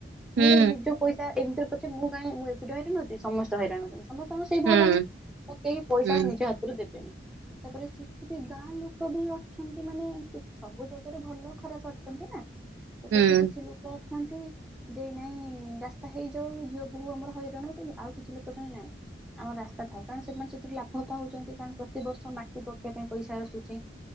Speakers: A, in the centre; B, on the right.
A: କିଏ
B: ହୁଁ
A: ନିଜ ପଇସା ଏମିତିରେ ପଛେ ମୁଁ କାଇଁ ମୁଁ ଏକୁଟିଆ ଟିଆ ହଇରାଣ ହେବି ସମସ୍ତେ ହଇରାଣ ହେଉଛନ୍ତି ସମସ୍ତଙ୍କ ସେଇ
B: ହୁଁ
A: ଭାବନା ତ କେହି ପଇସା
B: ହୁଁ
A: ନିଜ ହାତ ରୁ ଦେବେନି, ତାପରେ ସେଠି ବି ଗାଁ ଲୋକ ବି ଅଛନ୍ତି ମାନେ ସେ ସବୁ ଜା ସେଠି ଭଲ ଖରାପ ଅଛନ୍ତି ନା ତ
B: ହୁଁ।
A: ସେଠି କିଛି ଲୋକ ଥାଆନ୍ତି ଯେ ନାଇଁ ରାସ୍ତା ହେଇଯାଉ, ଝିଅ ବୋହୂ ଆମର ହଇରାଣ ହେଉଛନ୍ତି, ଆଉ କିଛି ଲୋକ ଅଛନ୍ତି ନାଇଁ ଆମ ରାସ୍ତା ଥାଉ, କାରଣ ସେମାନେ ସେଥିରୁ ଲାଭ ପାଉଛନ୍ତି କାରଣ ପ୍ରତିବର୍ଷ ମାଟି ପକେଇବା ପାଇଁ ପଇସା ଆସୁଛି।